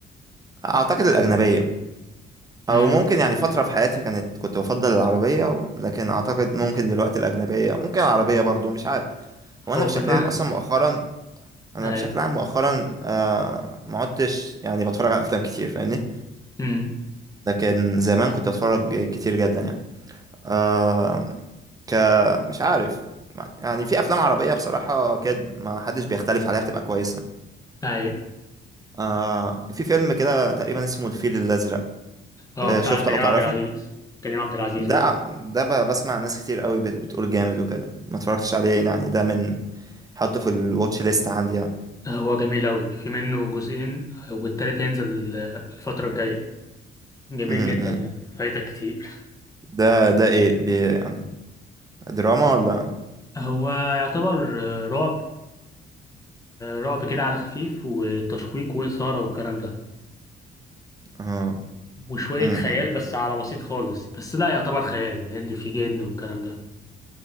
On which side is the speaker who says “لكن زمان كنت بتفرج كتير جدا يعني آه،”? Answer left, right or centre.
Right